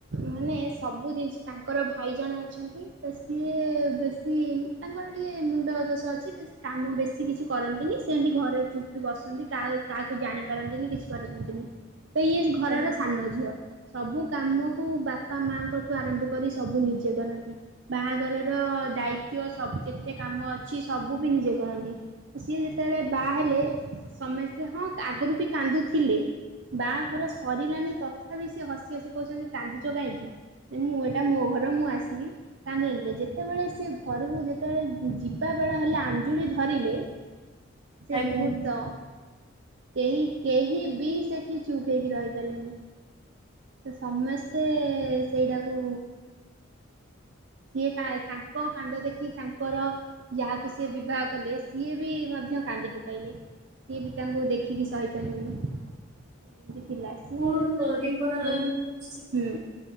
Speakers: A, on the right (about 60°); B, on the right (about 35°).
A: ମାନେ ସବୁ ଜିନିଷ ତାଙ୍କର ଭାଇ ଜଣେ ଅଛନ୍ତି ତ ସିଏ ବେଶୀ। ତାଙ୍କର ଟିକିଏ ମୁଣ୍ଡଦୋଷ ଅଛି ତ ସେ କାମ ବେଶୀ କିଛି କରନ୍ତିନି ସେମିତି ଘରେ ଚୁପ ହେଇବସନ୍ତି କାହା କାହାକୁ ଜାଣିପାରନ୍ତିନି କିଛି କରନ୍ତିନି ତ ଇଏ ଘରର
B: ଆଜ୍ଞା
A: ସାନ ଝିଅ। ସବୁକାମକୁ ବାପାମାଙ୍କଠୁ ଆରମ୍ଭ କରି ସବୁ ନିଜେ କରନ୍ତି। ବାହାଘରର ଦାୟିତ୍ଵ ସବୁ ଯେତେ କାମ ଅଛି ସବୁ ବି ନିଜେ କରନ୍ତି। ସିଏ ଯେତେବେଳେ ବାହା ହେଲେ ସମସ୍ତେ ହଁ ଆଗରୁ ବି କାନ୍ଦୁଥିଲେ। ବାହାଘର ସରିଲାଣି ତଥାବି ସିଏ ହସି ହସି କହୁଚନ୍ତି କାନ୍ଦୁଚ କାଇଁକି? ଏ ମୁଁ ଏଟା ମୋ ଘର ମୁଁ ଆସିବି। କାନ୍ଦୁ ନଥିଲେ ଯେତେବେଳେ ସିଏ ଘରୁକୁ ଯେତେବେଳେ ଯିବାବେଳ ହେଲା ଆଞ୍ଜୁଳି ଧରିଲେ। ସେ
B: ଆଜ୍ଞା
A: ମୁହୂର୍ତ୍ତ। କେହି କେହି ବି ସେଠି ଚୁପ୍ ହେଇକି ରହିପାରିଲେନି। ତ ସମେସ୍ତେ ସେଇଟାକୁ। ସିଏ ତା ତାଙ୍କ କାନ୍ଦ ଦେଖି ତାଙ୍କର। ଯାହାକୁ ସିଏ ବିବାହକଲେ ସିଏ ବି ମଧ୍ୟ କାନ୍ଦି ପକାଇଲେ। ସିଏ ବି ତାଙ୍କୁ ଦେଖିକି ସହିପାରିଲେନି ତ ଏନ୍ତି ଥିଲା। ସିଏ
B: କଣ
A: ତ
B: କରିବା
A: ଉଁ,
B: ସେ।
A: ହୁଁ